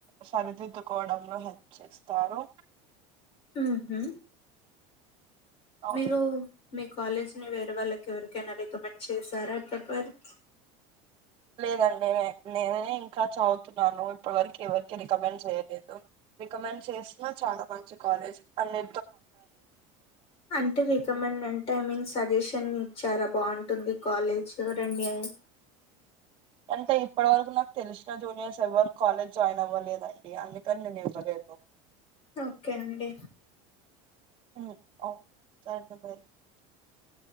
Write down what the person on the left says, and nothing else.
మ్ హు
మీరు మీ కాలేజ్ ని వేరే వాళ్ళకి ఎవరికైనా రికమెండ్ చేశారా ఇప్పటి వరకు
అంటే రికమెండ్ అంటే ఐ మీన్ సో సజెషన్ ఇచ్చారా బాగుంటుంది కాలేజ్ రండి అని
ఒకే అండి